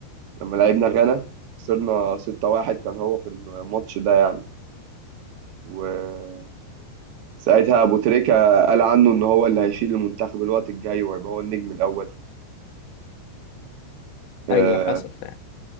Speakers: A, on the right; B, on the left.
A: لما لعبنا غانا خسرنا 6-1 كان هو في الماتش ده يعني و ساعتها ابو تريكة قال عنه ان هو اللي هيشيل المنتخب الوقت الجاي وهيبقى هو النجم الاول آه،
B: ايوه حصل فعلا